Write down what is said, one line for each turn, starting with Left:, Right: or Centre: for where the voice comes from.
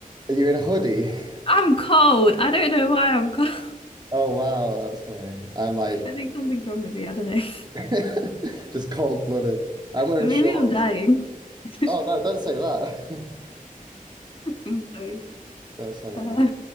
Right: you're in a hoodie. <laughs>
Left: I'm cold. I don't know why I'm cold. <laughs>
Right: Oh wow, that's funny. I'm like
Left: I think something's wrong with me. I don't know. <laughs>
Right: <laughs> just cold-blooded. I'm wearing
Left: Maybe
Right: shorts.
Left: I'm dying. <laughs>
Right: Oh no, don't say that.
Left: I'm sorry.
Right: <laughs> That's funny.
Left: Uh,